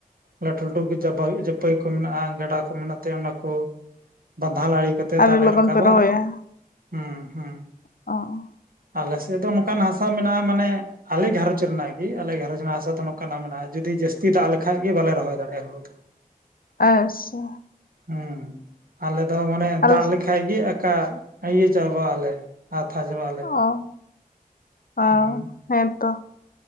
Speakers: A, on the right (about 75°); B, on the left (about 70°).
A: ᱞᱟᱹᱴᱩ ᱞᱟᱹᱴᱩ ᱜᱮ ᱪᱟᱯᱟᱭ ᱦᱩᱭᱩᱜ ᱯᱟᱹᱭ ᱠᱚ ᱢᱮᱱᱟᱜᱼᱟ ᱜᱟᱰᱟ ᱠᱚ ᱢᱮᱱᱟᱜ ᱛᱮ ᱚᱱᱟ ᱠᱚ ᱵᱟᱸᱫᱷᱟᱞ ᱟᱲᱮ ᱠᱟᱛᱮᱜ
B: ᱟᱹᱰᱤ
A: ᱫᱟᱜ
B: ᱞᱚᱜᱚᱱ
A: ᱞᱮ ᱨᱟᱠᱟᱵᱟ
B: ᱯᱮ ᱨᱚᱦᱚᱭᱟ
A: ᱦᱩᱸ ᱦᱩᱸ
B: ᱚ
A: ᱟᱞᱮ ᱥᱮᱜ ᱫᱚ ᱱᱚᱠᱟᱱ ᱦᱟᱥᱟ ᱢᱮᱱᱟᱜᱼᱟ ᱢᱟᱱᱮ ᱟᱞᱮ ᱜᱷᱟᱨᱚᱸᱡᱽ ᱨᱮᱱᱟᱜ ᱜᱮ ᱟᱞᱮ ᱜᱷᱟᱨᱚᱸᱡᱽ ᱨᱮᱱᱟᱜ ᱟᱞᱮ ᱜᱷᱟᱨᱚᱡ ᱨᱮᱱᱟᱜ ᱜᱮ ᱟᱞᱮ ᱜᱷᱟᱨᱚᱡ ᱨᱮᱱᱟᱜ ᱦᱟᱥᱟ ᱫᱚ ᱱᱚᱠᱟᱱᱟᱜ ᱢᱮᱱᱟᱜᱼᱟ ᱡᱩᱫᱤ ᱡᱟᱹᱥᱛᱤ ᱫᱟᱜ ᱞᱮᱠᱷᱟᱡ ᱜᱮ ᱵᱟᱞᱮ ᱨᱚᱦᱚᱭ ᱫᱟᱲᱮᱜᱼᱟ ᱦᱩᱲᱩ ᱫᱚ ᱾ <unintelligible>
B: ᱮᱸᱜᱥᱮ
A: ᱩᱸ ᱟᱞᱮ ᱫᱚ ᱢᱟᱱᱮ
B: ᱟᱞᱮ
A: ᱫᱟᱜ ᱞᱮᱠᱷᱟᱡ ᱜᱮ ᱟᱠᱟ ᱤᱭᱟᱹ ᱪᱟᱵᱟᱜ ᱟᱞᱮ ᱟᱣᱛᱷᱟ ᱪᱟᱵᱟᱜ ᱟᱞᱮ᱾
B: ᱚ ᱚᱻ
A: ᱦᱩᱸ
B: ᱦᱮᱸ ᱛᱚ